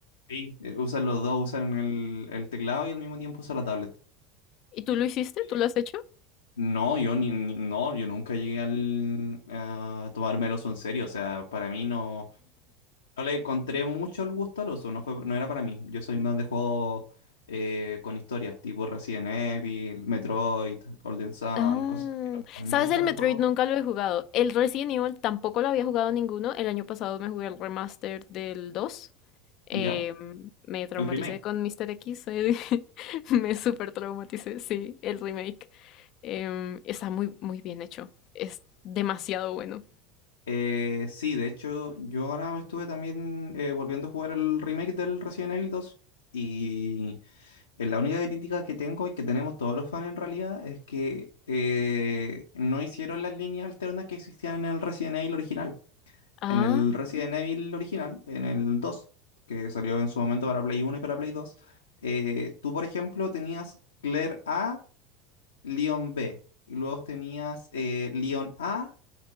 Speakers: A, on the left; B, on the left.
A: Sí. Eh, usan los dos, usan el, el teclado y al mismo tiempo usan la tablet.
B: ¿Y tú lo hiciste?
A: Sí.
B: ¿Tú lo has hecho?
A: No, yo ni, ni- no, yo nunca llegué al, a tomarme el oso en serio. O sea, para mí no. No le encontré mucho el gusto al uso, no fue, no era para mí. Yo soy más de juegos eh, con historias, tipo Resident Evil, Metroid, Golden Sun,
B: Ah.
A: cosas así. A mí
B: ¿Sabes?
A: me gustan
B: El Metroid
A: los juegos,
B: nunca lo he jugado. El Resident Evil tampoco lo había jugado ninguno. El año pasado me jugué el remaster del 2. Eh,
A: ¿ya?
B: me traumaticé
A: El remake.
B: con Mr. X, eh, <laughs> me super traumaticé, sí, el remake. Em, está muy, muy bien hecho, es demasiado bueno.
A: Eh, sí, de hecho, yo ahora me estuve también eh, volviendo a jugar el remake del Resident Evil 2. Y eh, la única crítica que tengo y que tenemos todos los fans en realidad es que eh, no hicieron las líneas alternas que existían en el Resident Evil original.
B: Ah,
A: En el Resident Evil original, en el 2 que salió en su momento para Play 1 y para Play Dos, eh, tú, por ejemplo, tenías Claire A, Leon B, y luego tenías eh, Leon A.